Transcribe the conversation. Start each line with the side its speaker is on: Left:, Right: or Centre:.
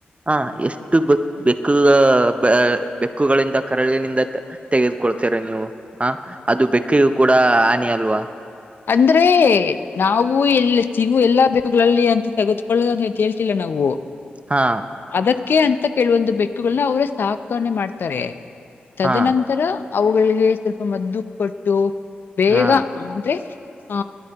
Right: ಹ ಎಷ್ಟು ಬ ಬೆಕ್ಕು ಆ ಬೆ ಹಕ್ಕುಗಳಿಂದ ಕರಳಿನಿಂದ ತ ತೆಗೆದುಕೊಳ್ತೀರ ನೀವು. ಹ ಅದು ಬೆಕ್ಕಿಗೂ ಕೂಡ ಹನಿ ಅಲ್ವಾ.
Left: ಅಂದ್ರೆ ನಾವು ಎಲ್ಲ ಸಿಗವು ಎಲ್ಲಾ ಬೆಕ್ಕುಗಳಲ್ಲಿ ಅಂತ ತೆಗೆದುಕೊಳ್ಳುವ ತ್ ಹೇಳ್ತಿಲ್ಲ ನಾವು
Right: ಹಾ
Left: ಅದಕ್ಕೆ ಅಂತ ಕೆಲವೊಂದು ಬೆಕ್ಕುಗಳನ್ನ ಅವ್ರೇ ಸಾಕಾನೆ ಮಾಡ್ತಾರೆ ತದನಂತರ
Right: ಹಾ
Left: ಅವುಗಳಿಗೆ ಸ್ವಲ್ಪ ಮದ್ದು ಕೊಟ್ಟು ಬೇಗ
Right: ಹಾ
Left: ಅಂದ್ರೆ ಹ